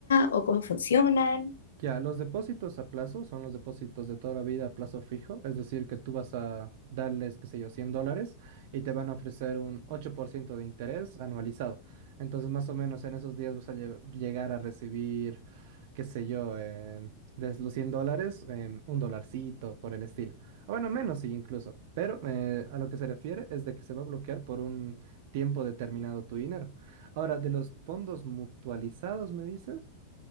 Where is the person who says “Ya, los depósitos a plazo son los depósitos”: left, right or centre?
Right